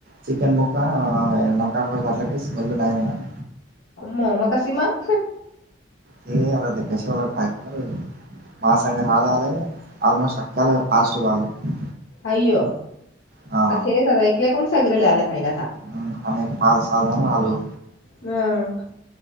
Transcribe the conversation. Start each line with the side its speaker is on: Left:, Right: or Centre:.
Right: चिकन मुका नका काय घातलं काही स्मेल नाही येणार.
Left: म मघाशी मग
Right: ते आला ते पशवाला काय कर मा संग राला आला आलमोस्ट सकाला पाझिटव्ह आलं
Left: अय्यो
Right: हा
Left: आता हे स ऐकल्या कोन सग्रेला आला काय काथ.
Right: ह आम्ही एक पाच सहाजण आलो.
Left: अं..